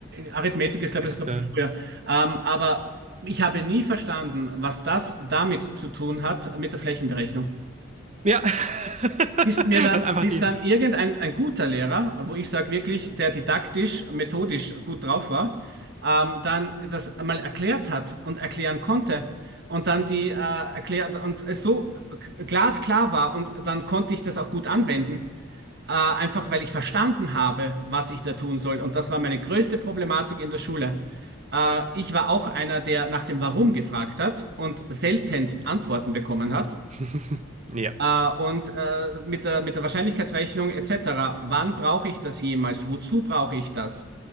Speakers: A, on the right (about 55°); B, on the right (about 35°).
A: Arithmetik ist, glaube
B: Sechste.
A: ich, sogar ein bisschen früher. Ähm, aber ich habe nie verstanden, was das damit zu tun hat, mit der Flächenberechnung.
B: Ja. <laughs>
A: Bis mir dann,
B: hat einfach
A: bis
B: die.
A: dann irgendein ein guter Lehrer, wo ich sage wirklich, der didaktisch, methodisch gut drauf war, ähm, dann das einmal erklärt hat und erklären konnte. Und dann die äh, erklärt und es so k- glasklar war und dann konnte ich das auch gut anwenden äh, einfach weil ich verstanden habe, was ich da tun soll. Und das war meine größte Problematik in der Schule. Äh, ich war auch einer, der nach dem Warum gefragt hat und seltenst Antworten bekommen hat.
B: <laughs> ja.
A: Äh, und äh, mit der, mit der Wahrscheinlichkeitsrechnung etc. Wann brauche ich das jemals? Wozu brauche ich das?